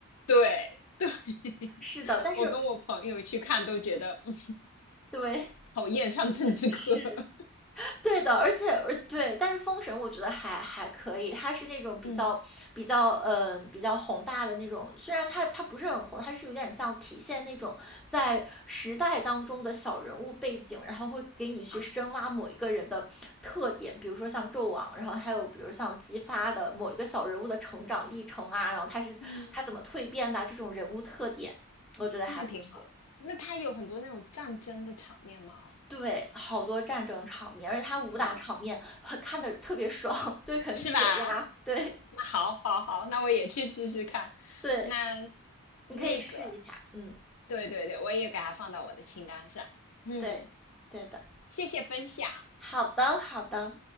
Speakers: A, on the left (about 70°); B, in the centre.
A: 对对，<laughs>
B: 是的，但是
A: 我跟我朋友去看都觉得 <laughs>，嗯
B: 对，
A: 讨厌上政治课，
B: 是
A: <laughs>
B: 对的，而且而对，但是封神我觉得还还可以，它是那种比较比较嗯、
A: 嗯
B: 呃、比较宏大的那种，虽然它它不是很宏，它是有点像体现那种在时代当中的小人物背景，然后会给你去深挖某一个人的特点，
A: 啊，
B: 比如说像纣王，然后还有比如像姬发的某一个小人物的成长历程啊，然后他是他怎么蜕变的啊这种人物特点，
A: 嗯。
B: 我觉得还不错。
A: 那挺好的。那它有很多那种战争的场面吗？
B: 对，好多战争场面，而且他武打场面还看的特别爽，
A: 嗯嗯，
B: <laughs> 对，很解压。
A: 是吧？
B: 对
A: 那好，好，好，那我也去试试看。
B: 对，
A: 那
B: 你可以试一下。
A: 那个，
B: 嗯，
A: 对对对，我也给它放到我的清单上。嗯，
B: 对对的。
A: 谢谢分享。
B: 好的，好的。